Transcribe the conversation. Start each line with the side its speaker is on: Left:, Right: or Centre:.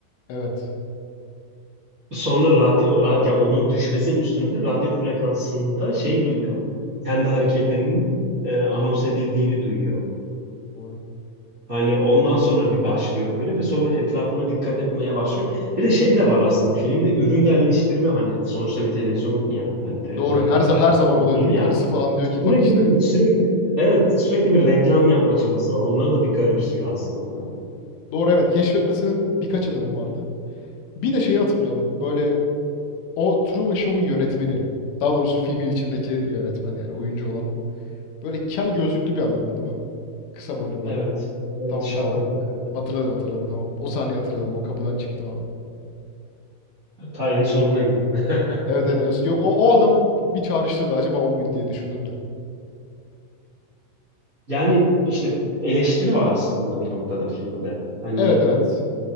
Left: evet
Right: Sonra radyo a- ya onun düşmesinin üstünde radyo frekansında şey duyuyor. Kendi hareketlerinin e, anons edildiğini duyuyor.
Left: doğru.
Right: Hani ondan sonra bir başlıyor böyle ve sonra etrafına dikkat etmeye başlıyor. Bir de şey de var aslında filmde ürün yerleştirme hani sonuçta bir televizyon ya hani televizyon
Left: Doğru. Her za her zaman
Right: programı
Left: oluyor değil mi?
Right: ya
Left: Karısı falan diyor ki
Right: sürekli
Left: bak işte
Right: bir sürekli evet sürekli bir reklam yapma çabası var. Onları da bir garipsiyor aslında.
Left: doğru evet keşfetmesinin birkaç adamı vardı. Bir de şeyi hatırlıyorum. Böyle o Truman Show'un yönetmeni. Daha doğrusu filmin içindeki yönetmen yani oyuncu olan. Böyle kel gözlüklü bir adamdı değil mi? Kısa boylu böyle.
Right: Evet. Evet
Left: Tamam
Right: şapka
Left: tamam.
Right: takardım.
Left: Hatırladım hatırladım tamam. O sahneyi hatırladım. O kapıdan çıktı anı.
Right: Ta en sonuna gittim. <laughs>
Left: Evet evet. en son- Yok o, o adam bir çağrıştırdı. Acaba o muydu diye düşündüm de.
Right: Yani işte eleştiri var aslında bir noktada filmde. Hani
Left: Evet evet.